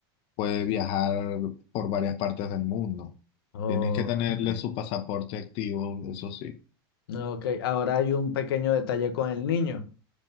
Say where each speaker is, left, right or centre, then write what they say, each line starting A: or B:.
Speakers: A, on the left (about 45°); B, on the left (about 80°).
A: puede viajar por varias partes del mundo.
B: Ok.
A: Tienes que tenerle su pasaporte activo, eso sí.
B: No, Ok, ahora hay un pequeño detalle con el niño.